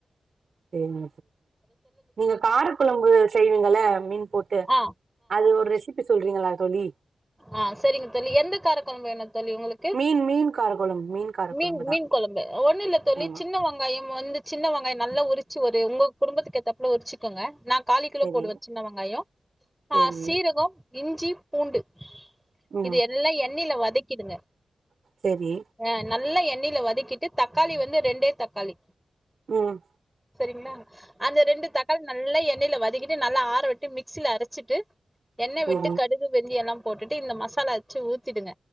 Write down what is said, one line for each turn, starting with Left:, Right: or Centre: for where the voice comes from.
Right: சரிங்க நீங்க கார கொழம்பு செய்வீங்கள மீன்
Centre: ஆ
Right: அது ஒரு ரெசிபி சொல் றீங்களா தோழி
Centre: ஆஹ் செரிங்க தோழி எந்த காரக்கொழம்பு வேணு தோழி உங்களுக்கு
Right: மீன் மீன் காரக்குழம்பு காரக்குழம்பு
Centre: மீன் மீன்
Right: தான்
Centre: கொழம்பு ஒன்னு இல்ல தோழி
Right: ஆமா
Centre: சின்ன வெங்காயம் வந்து சின்ன வெங்காயம் நல்ல உரிச்சி ஒரு உங்க குடும்பத்துக்கேத்தாப்புல உரிச்சிக்கோங்க நாங் காலு கிலோ
Right: சரி
Centre: போடுவ சின்ன வெங்காயோ
Right: சரி
Centre: ஆஹ் சீரகொ இஞ்சி பூண்டு
Right: ம்
Centre: இது எல்லா எண்ணெயில வதக்கிடுங்க
Right: சரி
Centre: ஆ நல்லா எண் ணைல வதக்கிட்டு தக்காளி வந்து ரெண்டே தக்காளி
Right: உம்
Centre: செரிங்ளா அந்த ரெண்டு தக்காளி நல்லா எண்ணெய்ல வ <unintelligible> கிட்டு நல்லா ஆற வெச்சு மிக்சியில அரச்சிட்டு எண்ணெ
Right: சரி
Centre: விட்டு கடுகு வெந்தியம் எல்லாம் போட்டுட்டு இந்த மசாலா அரச்சு ஊத்திடுங்க